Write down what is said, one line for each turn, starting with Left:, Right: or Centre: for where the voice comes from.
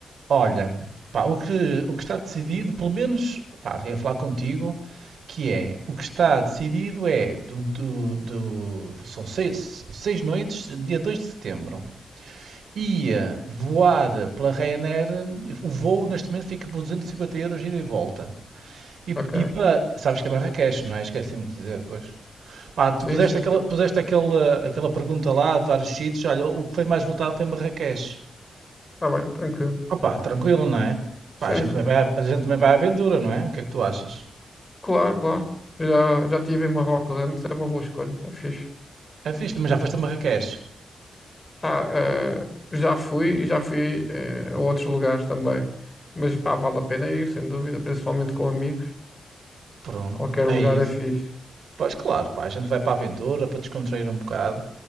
Right: Olha, pá, o que, o que está decidido, pelo menos, pá, ia falar contigo, que é, o que está decidido é, do, do, do- são seis, seis noites, dia 2 de setembro. ia voar pela Ryanair, o voo neste momento fica por 250 euros ida e volta. E,
Left: Ok.
Right: e para. Sabes que é Marrakech, não é? Esqueci-me de dizer depois. Pá, tu
Left: Sim,
Right: puseste
Left: sim,
Right: aquela,
Left: sim.
Right: puseste aquela, aquela pergunta lá de vários sítios. Olha, o que foi mais votado foi Marrakech.
Left: Está bem, tranquilo.
Right: Opá, tranquilo, não é? Pá,
Left: Sim,
Right: a gente também vai, à- a gente também vai à aventura, não é? O que é que tu achas?
Left: claro, claro. Já, já estive em Marrocos antes, é uma boa escolha, é fixe.
Right: É fixe, mas já foste a Marrakech.
Left: Pá, eh, já fui e já fui eh, a outros lugares também. Mas pá, vale a pena ir, sem dúvida, principalmente com amigos.
Right: Pronto,
Left: Qualquer
Right: é
Left: lugar
Right: isso.
Left: é fixe.
Right: Pois claro, pá, a gente vai para a aventura para descontrair um bocado.